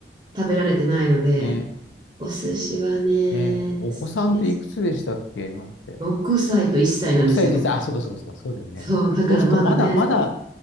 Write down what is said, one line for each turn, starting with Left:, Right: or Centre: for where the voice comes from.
Right: 食べられてないので、
Left: ね。
Right: お寿司はね、
Left: ね。
Right: 好きです。
Left: お子さんっていくつでしたっけ今って。
Right: 6歳と1歳なんですよ。
Left: 6歳で歳。あ、そうかそうかそうか。そうだよね。
Right: そう、だからまだね、
Left: そうするとまだ、まだ、